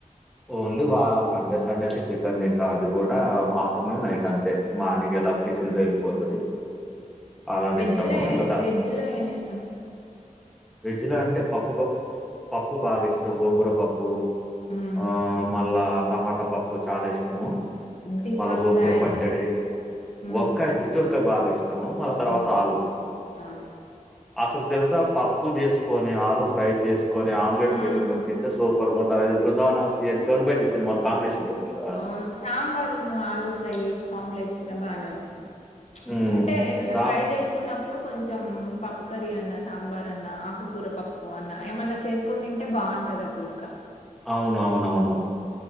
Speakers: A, in the centre; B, on the left (about 55°).
A: ఓన్లీ వా సండే సండేనే చికెన్ తింటా అది కూడా ఆఫ్టర్నూన్ నైట్ అంతే మార్నింగ్ ఎలా టిఫిన్తో వెళ్ళిపోతది అలా
B: వెజ్
A: తింటాము
B: లే
A: ఇంకా
B: వెజ్ లో ఏమి ఇష్టం
A: వెజ్ లో అంటే పప్పు ప పప్పు బాగా ఇష్టం గోంగూర పప్పు
B: హ్మ్.
A: ఆ మళ్ళా టమాట పప్పు చాల ఇష్టము
B: బి
A: మళ్ళ
B: వంకాయ్.
A: గోంగుర పచ్చడి
B: హ్మ్.
A: వంకాయ
B: అన్
A: గుత్తి వంకాయ బాగ ఇష్టము వాళ్ళ తర్వాత
B: అవును.
A: ఆలు
B: ఆలు
A: అసలు తెలుస పప్పు చేసుకొని ఆలు ఫ్రై చేసుకొని ఆమ్లెట్
B: హ్మ్.
A: పెట్టుకొని తింటే సోప్ ప్పర్ గుంటది బృందవనంవన్ బైజీ సినిమాలు కాంబినేషన్ ఉంటది చూసావా?
B: అవును సాంబార్ను ఆలు ఫ్రై ఆమ్లెట్ కన్నా బానే ఉంటది
A: హ్మ్.
B: అంటే ఏదన్నా
A: సామ్
B: ఫ్రై చేసుకున్న ఇప్పుడు కొంచెం పప్పు కర్రీ అన్నా సాంబార్ అన్నా ఆకుకూర పప్పు అన్నా ఏమన్నా చేసుకని తింటే బ అగుంటది అప్పుడు ఇంకా
A: అవును అవునవును